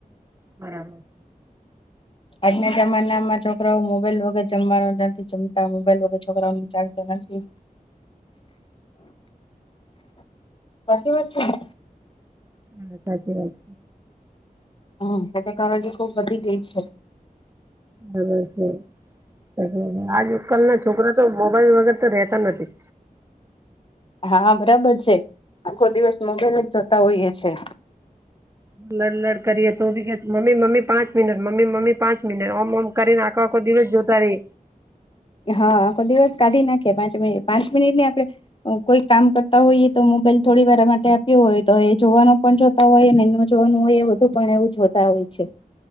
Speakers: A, on the right (about 20°); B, on the left (about 35°).
A: બરાબર.
B: આજના જમાના માં છોકરાઓ મોબાઈલ વગર જમવાનો નથી જમતા મોબાઈલ વગર છોકરાઓ ચાલતો નથી. હાચી વાત છે ને.
A: હા સાચી વાત.
B: હા એના કારણ ખુબ વધી ગઈ છે.
A: બરોર હ આજ કલ ના છોકરા તો મોબાઈલ વગર તો રેતા નથી
B: હા બરાબર છે આખો દિવસ મોબાઈલ જ જોતા હોઈએ છે.
A: લડ લડ કરીએ તો બી કે મમ્મી મ્મ્મી પાંચ મિનાટ મમ્મી મમ્મી પાંચ મિનિટ ઓમ ઓમ કરીને આખો આખો દિવસ જોતા રહે.
B: હા આખો દિવસ કાઢી નાખે પાંચ મિનિટ પાંચ મિનિટ ને આપણે કોઈ કામ કરતા હોઈએ તો મોબાઈલ થોડી વાર માટે આપ્યો હોય તો એ જોવાનો પણ જો હોય એ ન જોવાનું હોય એ બધું પણ એવું જોતા હોય છે